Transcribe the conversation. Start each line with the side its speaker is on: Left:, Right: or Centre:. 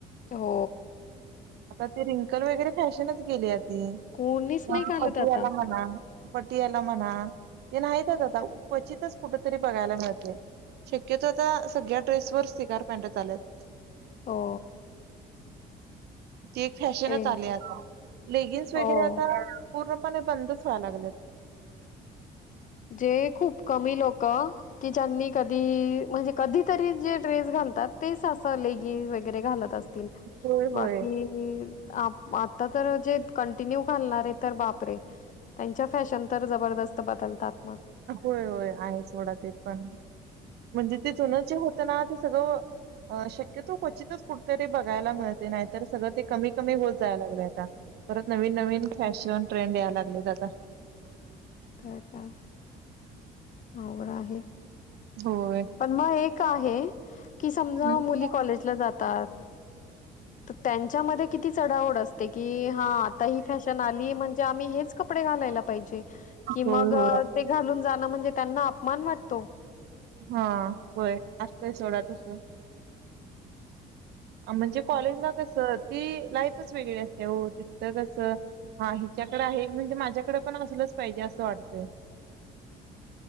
Left: हो
Right: आता ते रिंकल वगैरे फॅशनच गेलील्या ती
Left: कोणीच नाही
Right: पट
Left: घालत आता.
Right: आला म्हणा पटी याला म्हणा ते नाहीतच आता क्वचितच कुठ तरी बघायला मिळते शक्यतो आता सगळ्या ड्रेस वर स्िकार पॅनट चालेत
Left: हो
Right: तेे फॅशनच
Left: ते
Right: आले आता लेगिन्स वगैरे
Left: हो.
Right: आता पूर्णपणे बंदच व्हाय लागलेत.
Left: जे खूप कमी लोक की ज्यांनी कधी म्हणजे. कधीतरी जे ड्रेस घालतात तेच अस लेगीज वगैरे घालत असतील
Right: होय, होय.
Left: बाकी आता खर जे कंटिन्यू घालणारे तर बापरे. त्यांच्या फॅशन तर जबरदस्त बदलतात मग.
Right: होय, होय आहेच म्हणा ते पण म्हणजे ते जुनेचे जे होतं ना ते सगळं शक्यतो क्वचितच कुठेतरी बघायला मिळते नाहीतर सगळं ते कमी, कमी होत जायला लागलय आता. परत नवीन, नवीन फॅशन ट्रेंड यायला लागलेत आता.
Left: तर काय? आवड आहे
Right: होय.
Left: पण मग एक आहे कि समजा
Right: हम्म.
Left: मुली कॉलेज जातात तर त्यांच्यामध्ये किती चढाव ओढ अस की हा आता ही फॅशन आली म्हणजे आम्ही हेच कपडे घालायला पाहिजे कि मग
Right: होय, होय.
Left: ते घालून जाणं म्हणजे त्यांना अपमान वाटतो.
Right: हा, होय, असतय सोडा तस म्हणजे कॉलेजला कस ती लाईफच वेगळी असते हो तिथं कसं हा हिच्याकडे आहे म्हणजे माझ्याकडे पण असलंच पाहिजे असं वाटतय.